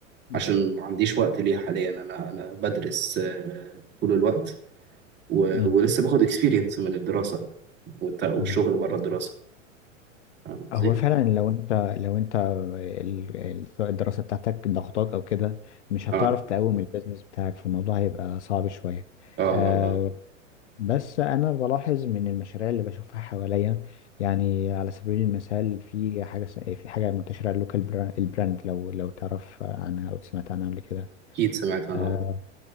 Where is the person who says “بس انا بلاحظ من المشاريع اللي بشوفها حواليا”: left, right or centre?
Left